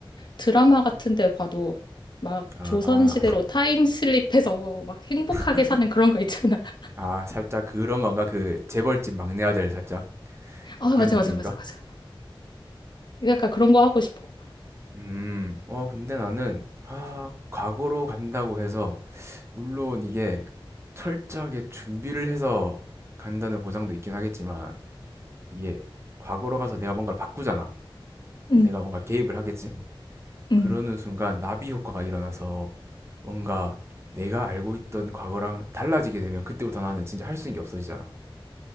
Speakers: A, on the left (about 55°); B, on the right (about 30°).
A: 드라마 같은 데 봐도 막
B: 아,
A: 조선시대로 타임슬립해서 막 행복하게
B: <laughs> 아,
A: 사는 그런 거 있잖아. <laughs>
B: 아, 살짝 그런 건가? 그 재벌집 막내 아들 살짝
A: 아,
B: 그런
A: 맞아,
B: 느낌인가?
A: 맞아, 맞아, 맞아. 약간 그런 거 하고 싶어.
B: 음, 어, 근데 나는, 아, 과거로 간다고 해서 물론 이게 철저하게 준비를 해서 간다는 보장도 있긴 하겠지만 이게 과거로 가서 내가 뭔가를 바꾸잖아.
A: 응,
B: 내가 뭔가 개입을 하겠지.
A: 응,
B: 그러는 순간 나비 효과가 일어나서 뭔가 내가 알고 있던 과거랑 달라지게 되면 그때부터 나는 진짜 할 수 있는 게 없어지잖아.